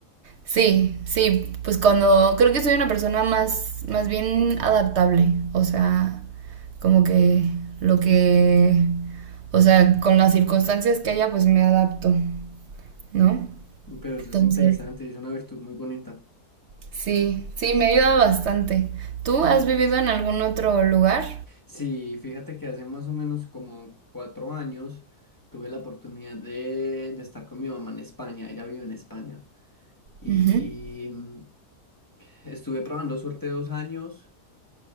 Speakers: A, on the right; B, on the left.
A: Sí, sí, pues cuando creo que soy una persona más, más bien adaptable, o sea, como que lo que, o sea, con las circunstancias que haya, pues me adapto, ¿no?
B: Pero eso
A: Entonces,
B: es interesante y es una virtud muy bonita.
A: sí, sí, me ayuda bastante. ¿Tú has vivido en algún otro lugar?
B: Sí, fíjate que hace más o menos como cuatro años tuve la oportunidad de, de estar con mi mamá en España. Ella vive en España. Y
A: Ujú.
B: mm, estuve probando suerte dos años,